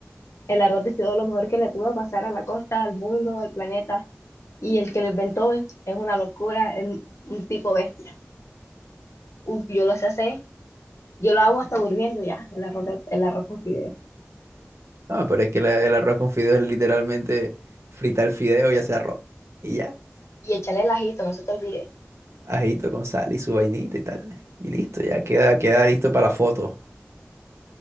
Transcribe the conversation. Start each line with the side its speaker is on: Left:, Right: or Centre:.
Left: El arroz de fideo es lo mejor que le pudo pasar a la costa, al mundo, al planeta, y el que lo inventó es, es una locura, es un un tipo bestia. Uf, yo lo sé hacer, yo lo hago hasta durmiendo ya, el arroz, de- el arroz con fideo.
Right: No, pero es que la- el arroz con fideo es literalmente fritar el fideo y hacer arroz. Y ya,
Left: Y echarle el ajito, no se te olvide.
Right: ajito con sal y su vainita y tal. Y listo, ya queda, queda listo para la foto.